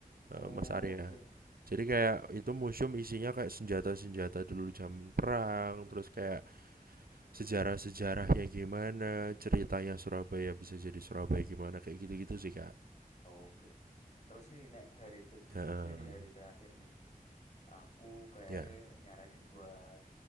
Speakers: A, on the right; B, on the left.
A: eh,
B: Oke,
A: Mas Arya jadi kayak itu museum isinya kayak senjata-senjata dulu zaman perang terus kayak sejarah-sejarahnya gimana ceritanya Surabaya bisa jadi Surabaya gimana kayak gitu-gitu sih kak
B: oke. Terus nih, Nek, hari ketiga
A: Heeh.
B: nih, hari terakhir nih. Aku kayaknya
A: Ya.
B: nyaranin buat